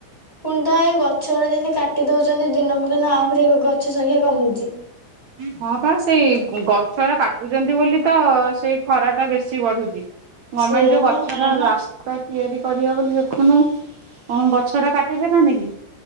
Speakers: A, in the centre; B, on the right.
A: ପୁଣି ତ ଏଇ ଗଛ ଗୁରା ଯେମିତି କାଟି ଦଉଛନ୍ତି ଦିନକୁ ଦିନ ଆହୁରି ଗଛ ସଂଖ୍ୟା କମୁଛି।
B: ହଁ ପା ସେଇ ଗଛରା କାଟୁଛନ୍ତି ବୋଲି ତ ସେଇ ଖରା ଟା ବେଶୀ ବଢୁଛି। ଗମେଣ୍ଟ
A: ସେଇଆ
B: ଯଉ ଗଛରା
A: ବା
B: ରା ରାସ୍ତା ତିଆରି କରିବେ ବୋଲି ଦେଖୁନୁ କଣ ଗଛ ରା କାଟିଦେଲାନି କି